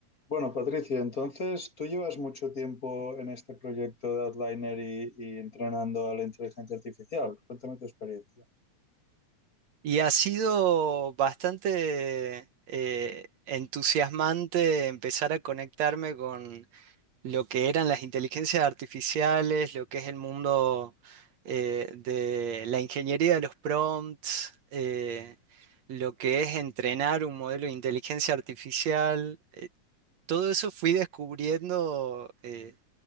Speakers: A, on the left; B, on the right.
A: Bueno, Patricia, entonces tú llevas mucho tiempo en este proyecto de Outliner y, y entrenando a la inteligencia artificial. Cuéntame tu experiencia.
B: Y ha sido bastante eh, entusiasmante empezar a conectarme con lo que eran las inteligencias artificiales, lo que es el mundo eh, de la ingeniería de los prompts, eh, lo que es entrenar un modelo de inteligencia artificial. Todo eso fui descubriendo. eh,